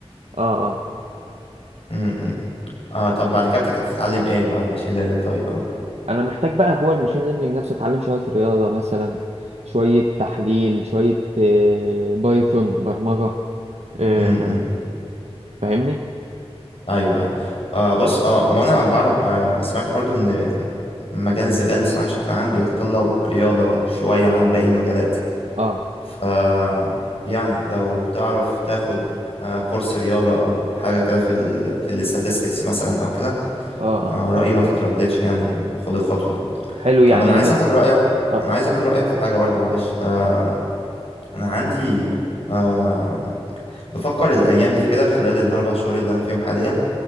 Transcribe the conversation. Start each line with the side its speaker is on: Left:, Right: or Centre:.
Right: اه اه
Left: امم آه طب بعد كده بتحتاج تتعلم ايه بعد ماشين ليرنينج طيب اه
Right: انا محتاج بقى جوه الماشين ليرنينج نفسه اتعلم شويه رياضه مثلا شوية تحليل شوية آه، بايثون برمجة مم. آه،
Left: امم
Right: فاهمني؟
Left: ايوه ايوه آه بص اه وانا بعرف آه سمعت برضو ان مجال الذكاء الاصطناعي بشكل عام بيتطلب رياضه شويه عن باقي المجالات
Right: اه
Left: ف يعني لو تعرف تاخد آه، كورس رياضة أو حاجة كده في ال في الاستاتستكس مثلا أو كده
Right: اه اه
Left: آه، رأيي ما تترددش يعني خد الخطوة دي
Right: حلو يعني
Left: طب أنا
Right: لما
Left: عايز أخد رأيك
Right: طب
Left: أنا عايز أخد رأيك في حاجة برضو معلش آه، أنا عندي آه، بفكر الأيام دي كده خلال الأربع شهور اللي أنا فيهم حاليا